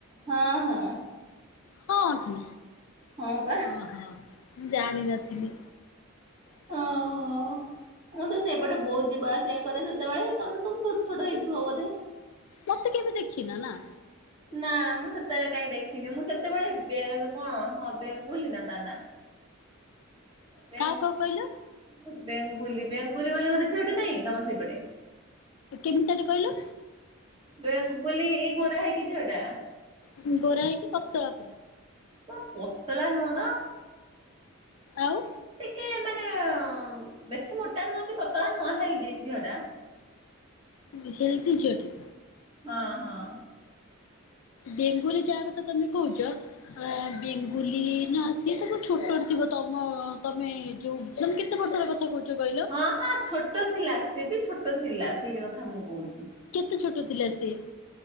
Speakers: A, on the right; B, on the left.
A: ହଁ ହଁ।
B: ହଁ କି
A: ହଁ ବା
B: ଅହ ମୁଁ ଜାଣିିନଥିଲି। <inaudible>
A: ହଁ ହଁ। ମୁଁ ତ ସେଇପଟେ ବୋହୁତ୍ ଯିବା ଆସିବା କରେ ସେତେବେଳେ ତମେ ସବୁ ଛୋଟ ଛୋଟ ହେଇଥିବ ବୋଧେ?
B: ମତେ କେବେ ଦେଖିନ ନା?
A: ନା ମୁଁ ସେତେବେଳେ କାଇଁ ଦେଖିନି ମୁଁ ସେତେବେଳେ ବେ କଣ ହଁ ବେଙ୍ଗୁଲି ନା ତା ନାଁ? ବେଙ୍ଗୁ
B: କାହାକୁ କାହାକୁ କହିଲ
A: ବେଙ୍ଗୁଲି ବୋଲି ଗୋଟେ ଝିଅଟେ ନାହିଁ ତମ ସେଇପଟେ?
B: ଏ କେମିତିଆଟେ କହିଲ?
A: ବେଙ୍ଗୁଲି ଏଇ ଗୋରା ହେଇକି ଝିଅଟା।
B: ଉଁ ହୁଁ ଗୋରା ହେଇକି ପତଳା ପୁରା।
A: ପ ପତଳା ନୁହଁ ତ।
B: ଆଉ?
A: ଟିକେ ମାନେ ଅଁ ବେଶି ମୋଟା ନୁହଁ କି ପତଳା ନୁହଁ ହେଲ୍ଦି ଝିଅ ଟା।
B: ହୁଁ ହେଲ୍ଦୀ ଝିଅଟେ।
A: ହଁ ହଁ।
B: ବେଙ୍ଗୁଲି ଯାହା କଥା ତମେ କହୁଛ ଆ ବେଙ୍ଗୁଲି ନା ସିଏ ତ ବୋହୁତ୍ ଛୋଟଟେ ଥିବ ତମ ତମେ ଯୋଉ ତମେ କେତେ ବର୍ଷ ର କଥା କହୁଛ କିହିଲ?
A: ହଁ ହଁ ଛୋଟ ଥିଲା ସିଏ ବି ଛୋଟ ଥିଲା ସେଇ ବେଳ କଥା ମୁଁ କହୁଛି।
B: କେତେ ଛୋଟ ଥିଲା ସେ?